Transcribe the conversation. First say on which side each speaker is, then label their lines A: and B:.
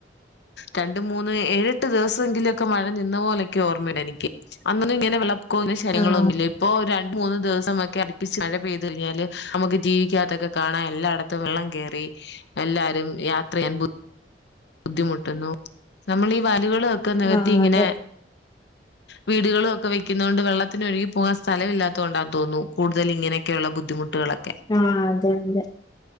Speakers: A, on the left; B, on the left.
A: രണ്ട മൂന്ന് ഏഴെട്ട് ദിവസമെങ്കിലുമൊക്കെ മഴ നിന്ന പോോലൊക്കെ ഓർമ്മയുണ്ട് എനിക്ക് അന്നൊന്നും ഇങ്ങനെ വെള്ള പോുന്ന ശയങ്ങളൊന്നുമില്ല
B: ആഹ്
A: ഇപ്പോൊ രണ്ട് മൂന്ന് ദിവസമൊക്കെ അട്പ്പിച്ച് മഴ പെയ്ത് കഴിഞ്ഞാല് നമുക്ക് ടിവിക്കാത്തൊക്കെ കാണാം എല്ലാട്ത്തും വെള്ളം കേറി എല്ലാരും യാത്രയ്യാൻ ബുദ്ധി ബുദ്ധിമുട്ടുന്നു. നമ്മളി ഈ വയലുകൾ ഒക്കെ നെകത്തിങ്ങനെ
B: ആഹ് അതെ
A: വീടുകളൊക്കെ വെക്കുന്നോണ്ട് വെള്ളത്തിനൊഴുകി പോകാൻ സ്ഥലം ഇല്ലാത്തോണ്ടാന്ന് തോന്നു കൂടുതലിങ്ങനെയൊക്കെള്ള ബുദ്ധിമുട്ടുകളൊക്
B: ആഹ് അതെ അതെ.